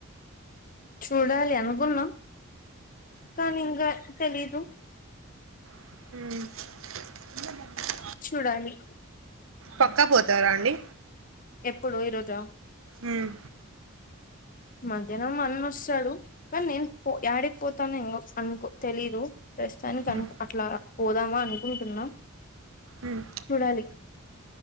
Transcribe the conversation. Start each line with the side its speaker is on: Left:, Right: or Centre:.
Left: చూడాలి అనుకునం కానీ ఇంగ తెలీదు
Right: హ్మ్
Left: చూడాలి
Right: పక్కా పోతారా అండి
Left: ఎప్పుడు ఈరోజ
Right: ఉమ్
Left: మధ్యానం అన్నోస్తాడు కానీ నేన్ పో యాడి క్ పోతానెమో అనుకో తెలీదు ప్యస్ తానికి
Right: ఉమ్
Left: అనుక్ అట్లా పోదామా అనుకుంటున్నా
Right: ఉమ్
Left: చూడాలి